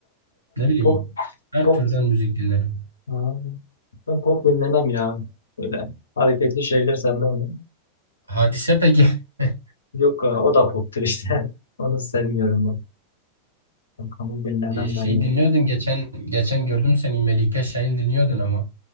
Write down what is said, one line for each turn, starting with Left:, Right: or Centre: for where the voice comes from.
Right: Ne bileyim
Left: pop,
Right: her
Left: pop
Right: türden müzik dinlerim.
Left: Ha, Ben pop dinlemem ya. Böyle hareketli şeyler sevmem. ben.
Right: Hadise peki. <laughs>
Left: Yok ha, o da poptur işte. <laughs> Onu sevmiyorum ben. Bakalım dinlemem
Right: E, şey
Left: ben ya.
Right: dinliyordun geçen geçen gördüm seni Melike Şahin dinliyordun ama.